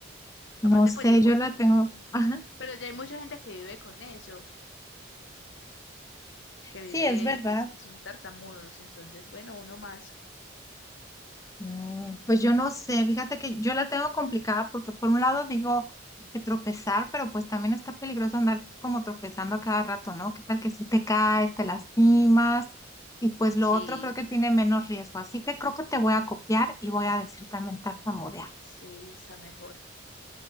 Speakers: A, on the left (about 15°); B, on the left (about 60°).
A: No
B: Aparte,
A: sé,
B: pues ya hay
A: yo
B: mu-
A: la tengo. Ajá.
B: pero ya hay mucha gente que vive con eso, que
A: Sí,
B: vive,
A: es verdad.
B: pues que son tartamudos. Entonces, bueno, uno más.
A: Mm, Pues yo no sé, fíjate que yo la tengo complicada porque por un lado digo que tropezar, pero pues también está peligroso andar como tropezando a cada rato, ¿no? ¿Qué tal que si te caes, te lastimas? Y pues lo
B: Sí,
A: otro creo que tiene menos riesgo, así que creo que te voy a copiar y voy a decir también tartamudear.
B: sí, está mejor.